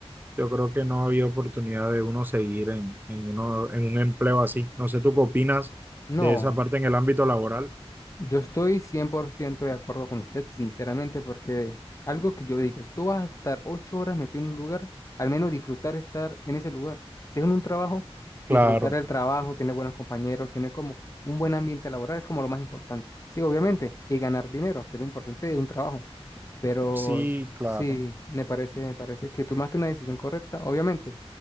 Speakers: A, on the right; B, on the left.
A: yo creo que no había oportunidad de uno seguir en, en uno, en un empleo así. No sé, ¿tú qué opinas
B: No,
A: de esa parte en el ámbito laboral?
B: Yo estoy 100% de acuerdo con usted, sinceramente, porque algo que yo digo, si tú vas a estar ocho horas metido en un lugar, al menos disfrutar estar en ese lugar. Si es en un trabajo,
A: Claro,
B: disfrutar el trabajo, tener buenos compañeros, tener como un buen ambiente laboral es como lo más importante. Sí, obviamente, y ganar dinero, que es lo importante de un trabajo. Pero
A: sí,
B: sí,
A: claro,
B: me parece, me parece que tomaste una decisión correcta. Obviamente,